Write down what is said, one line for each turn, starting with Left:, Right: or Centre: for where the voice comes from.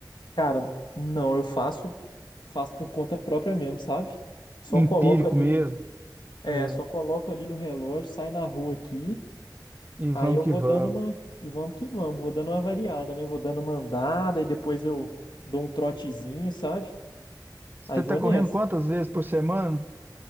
Left: Cara, não, eu faço, faço por conta própria mesmo, sabe? Só
Right: Empírico
Left: coloco ali,
Right: mesmo.
Left: é,
Right: É,
Left: só coloco ali no relógio, sai na rua aqui,
Right: e
Left: aí
Right: vamos
Left: eu
Right: que
Left: vou
Right: vamos.
Left: dando uma, e vamos que vamos, vou dando uma variada, né? Vou dando uma andada e depois eu dou um trotezinho, sabe?
Right: Você
Left: Aí vou
Right: tá correndo
Left: nessa.
Right: quantas vezes por semana?